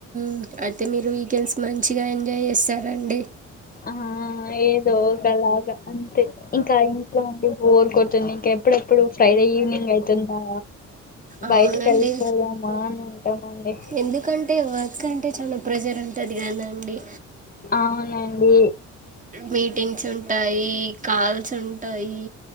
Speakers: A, on the right (about 25°); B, on the left (about 30°).
A: మ్. అయితె మీరు వీకెండ్స్ మంచిగా ఎంజాయ్ చేస్తారండి.
B: ఆ ఏదో ఒకలాగ అంతే ఇంకా ఇం ఇంట్లో ఉండి బొరు కొడుతుంది. ఇంకా ఎప్పుడెప్పుడు ఫ్రైడే ఈవినింగ్ అయితుందా!
A: అవునండి
B: బయటికి ఎళ్ళిపొదామా అని ఉంటాం అండి.
A: ఎందుకంటే వర్క్ అంటే చాలా ప్రెజర్ ఉంటది కదా అండి?
B: అవునండి
A: మీటింగ్స్ ఉంటాయి కాల్స్ ఉంటాయి.